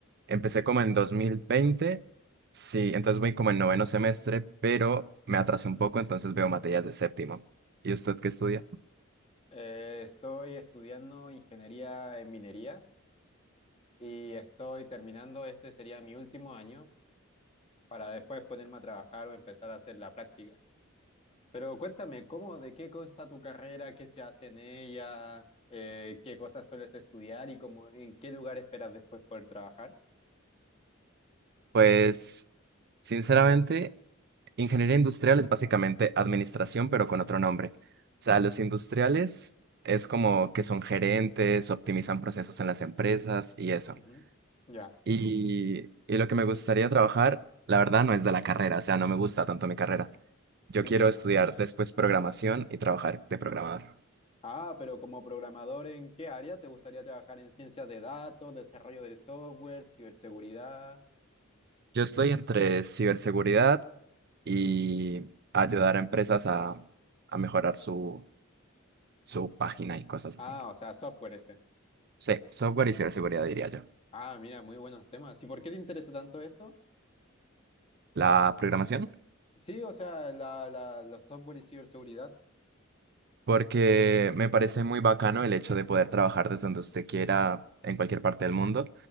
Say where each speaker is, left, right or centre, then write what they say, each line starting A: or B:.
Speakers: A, on the right; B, on the left.
A: empecé como en 2020, sí, entonces voy como en noveno semestre, pero me atrasé un poco, entonces veo materias de séptimo. ¿Y usted qué estudia?
B: Eh, estoy estudiando ingeniería en minería y estoy terminando, este sería mi último año para después ponerme a trabajar o empezar a hacer la práctica. Pero cuéntame, ¿cómo, de qué consta tu carrera? ¿Qué se hace en ella? Eh, ¿qué cosas sueles estudiar y cómo, en qué lugar esperas después poder trabajar?
A: Pues, sinceramente, ingeniería industrial es básicamente administración, pero con otro nombre. O sea, los industriales es como que son gerentes, optimizan procesos en las empresas y eso.
B: Ujú, Ya,
A: Y, y lo que me gustaría trabajar, la verdad, no es de la carrera, o sea, no me gusta tanto mi carrera. Yo
B: entiendo.
A: quiero estudiar después programación y trabajar de programador.
B: Ah, pero como programador, ¿en qué área te gustaría trabajar? ¿En ciencias de datos, desarrollo de software, ciberseguridad?
A: Yo estoy entre ciberseguridad y ayudar a empresas a, a mejorar su, su página y cosas
B: Ah,
A: así.
B: o sea, software ese.
A: Sí, software y ciberseguridad diría yo.
B: Ah, mira, muy buenos temas. ¿Y por qué te interesa tanto esto?
A: ¿La programación?
B: Sí, o sea, la, la- los software y ciberseguridad.
A: porque me parece muy bacano el hecho de poder trabajar desde donde usted quiera en cualquier parte del mundo,